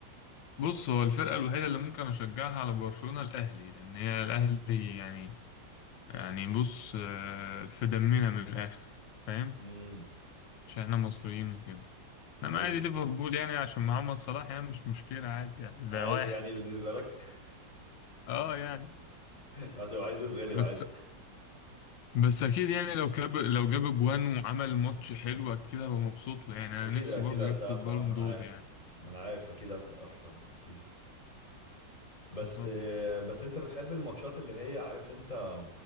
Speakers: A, on the left; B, on the left.
A: بص هو الفرقة الوحيدة اللي ممكن أشجعها على برشلونة الأهلي لأن هي الأهلي يعني يعني بص آه، في دمنا من الآخر فاهم
B: امم
A: عشان إحنا مصريين وكده إنما
B: ايوه
A: عادي ليفربول يعني عشان محمد صلاح يعني مش مشكلة عادي يعني
B: عادي
A: ده واحد
B: يعني بالنسبة لك
A: أه يعني
B: <laughs> هتبقى عايزه يتغلب
A: بس
B: عادي
A: بس اكيد يعني لو جاب لو جاب جوان وعمل ماتش حلو اكيد هبقى مبسوط له يعني انا
B: اكيد
A: نفسي
B: اكيد
A: برضه
B: هتسقف
A: ياخد البالون
B: له يا عم انا
A: دور
B: عارف
A: يعني
B: انا عارف اكيد هتسقف له يعني اكيد بس
A: بالظبط
B: آه، بس انت بتحب الماتشات اللي هي عارف انت